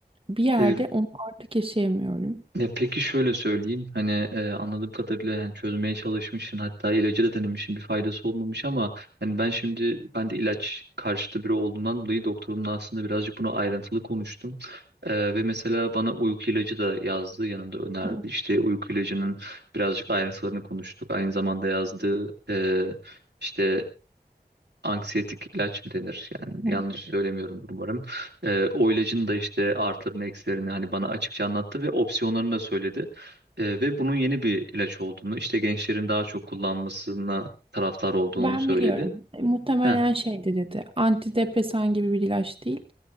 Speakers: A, on the right (about 30°); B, on the right (about 85°).
A: Bir yerde
B: Evet.
A: onu artık yaşayamıyorum.
B: Ya peki şöyle söyleyeyim hani e, anladığım kadarıyla yani çözmeye çalışmışsın hatta ilacı da denemişsin bir faydası olmamış ama yani ben şimdi ben de ilaç karşıtı biri olduğundan dolayı doktorumla aslında birazcık bunu ayrıntılı konuştum. E, ve mesela bana uyku ilacı da yazdı yanında önerdi
A: Hı
B: işte uyku ilacının birazcık ayrıntılarını konuştuk aynı zamanda yazdığı e, işte anksiyetik ilaç mı denir? Yani
A: hı.
B: yanlış Evet. söylemiyorum umarım. Ee, o ilacın da işte artılarını eksilerini hani bana açıkça anlattı ve opsiyonlarını da söyledi. Ee, ve bunun yeni bir ilaç olduğunu işte gençlerin daha çok kullanmasına taraftar olduğunu
A: Ben
B: söyledi.
A: biliyorum. E, muhtemelen
B: Heh,
A: şeydi dedi. Antidepresan gibi bir ilaç değil.